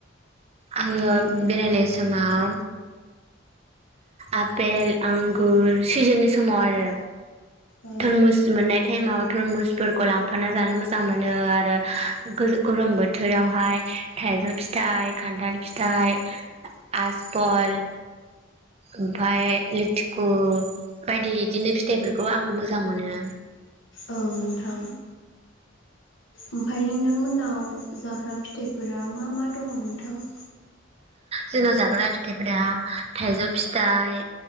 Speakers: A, on the right; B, on the left.
A: आङो बेरायनाय समाव आपेल आंगुर सिजोननि समाव आरो
B: औ
A: थोरमुस मोननाय टाइमाव थुरमुसफोरखौ लांफाना जानो मोजां मोनो आरो गोजा गरम बोथोरावहाय थाइजौ फिथाइ खान्थाल फिथाइ आसबल ओमफाय लिथुखु बायदि इदिनो फिथाइफोरखौ आङो मोजां मोनो।
B: औ नोंथां। ओमफ्राय नोंथांमोननाव जाग्रा फिथाइफोरा मा मा दङ नोंथां? <inaudible>
A: जोंनाव जाग्रा फिथाइफोरा थाइजौ फिथाइ